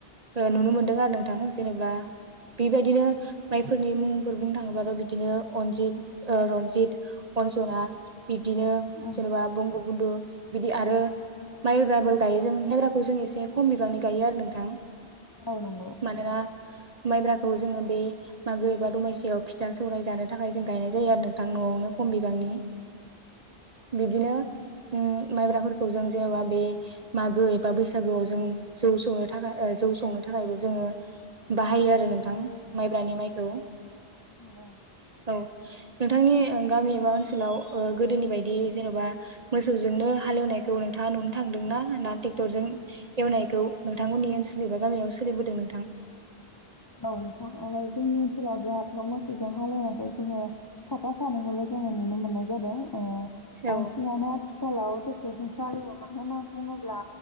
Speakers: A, on the right; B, on the left.
A: ओ नुनो मोनदों आरो नोंथां जेनेबा बेबायदिनो माइफोरनि मुंफोर बुंनो थाङोबाथ' बिदिनो अनजित ओ रनजित, अनजना बिबदिनो
B: औ
A: जेनेबा बंग बुन्दु बिदि आरो माइब्राबो गायो जों माइब्राखौ जों एसे खम बिबांनि गायो आरो नोंथां।
B: औ नंगौ
A: मानोना माइब्रा खौ जोङो बे मागो एबा दमासियाव फिथा सौराय जानो थाखाय जों गायनाय जायो आरो नोंथां न'आवनो खम बिबांनि। <inaudible> बिदिनो ओम माइब्राफोरखौ जों जेनबा बे मागो एबा बैसागोआव जों जौ सौनो ओ जौ थाखाय ओ जौ संनो थाखायबो जोङो बाहायो आरो नोंथां माइब्रानि माइ औ।
B: नंगौ।
A: औ नोंथांनि ओ गामि एबा ओ ओनसोलाव जेनबा मोसौजोंनो हालौनायखौ नोंथाङा नुनोथांदों ना? ना टेकतरजों एवनायखौ नोंथां मोननि ओनसोल एबा गामियाव सोलिबोदों नोंथां?
B: औ नोंथां ओ जोंनि ओनसोलाव बे हाथाव मोसौजों हालेवनायखौ जोङो साफा सानैखौल' जोङो नुनो मोननाय जादों। अ
A: औ
B: बांसिनानो आथिखालाव टेकतरजों <inaudible> मा होना बुङोब्ला